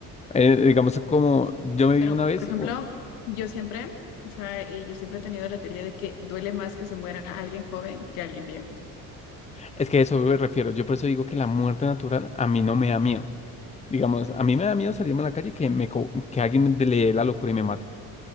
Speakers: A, on the left; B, on the left.
A: eh, digamos, como yo me
B: Pero,
A: vi una vez,
B: por ejemplo,
A: u-
B: yo siempre, o sea, eh, yo siempre he tenido la teoría de que duele más que se muera alguien joven que alguien viejo.
A: es que a eso me refiero. Yo por eso digo que la muerte natural a mí no me da miedo. Digamos, a mí me da miedo salirme a la calle y que, me, co- que alguien me- le dé la locura y me mate.